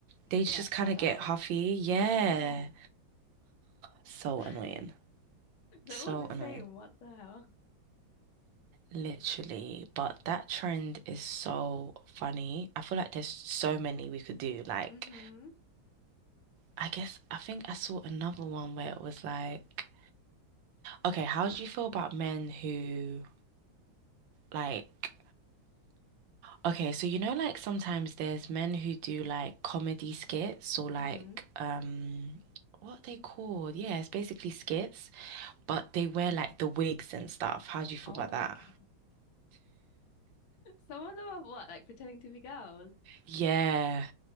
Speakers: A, on the right; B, on the left.
A: they
B: They get
A: just
B: fed
A: kind of
B: up.
A: get huffy. Yeah.
B: Yeah.
A: So
B: <laughs>
A: annoying.
B: They're
A: So
B: all the
A: annoying.
B: same. What the hell?
A: Literally. But that trend is so funny. I feel like there's so many we could do. Like,
B: Mm-hmm.
A: I guess, I think I saw another one where it was like, okay, how do you feel about men who, like, Okay, so you know, like sometimes there's men who do like comedy skits or like
B: Mm.
A: um what are they called? Yeah, it's basically skits, but they wear like the wigs and stuff. How do you feel
B: Oh
A: about
B: my
A: that?
B: <laughs> God. Some of them are what, like pretending to be girls.
A: Yeah.